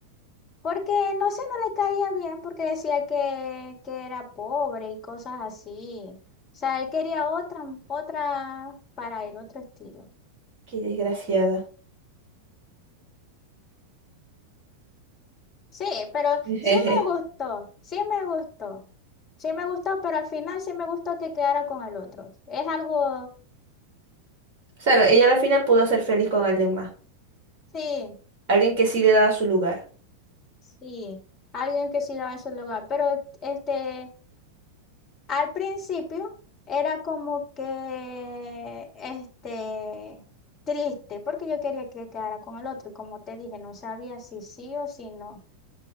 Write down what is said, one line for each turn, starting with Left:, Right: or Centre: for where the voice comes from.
Left: Porque no sé, no le caía bien porque decía que, que era pobre y cosas así. O sea, él quería otra, otra para él, otro estilo.
Right: Qué desgraciada.
Left: Sí, pero
Right: <laughs>
Left: sí me gustó, sí me gustó. Sí me gustó, pero al final sí me gustó que quedara con el otro. Es algo,
Right: Claro, ella al final pudo ser feliz con alguien más,
Left: sí,
Right: alguien que sí le daba su lugar.
Left: sí, alguien que sí daba en su lugar. Pero este, Al principio era como que, este, triste, porque yo quería que quedara con el otro, y como te dije, no sabía si sí o si no.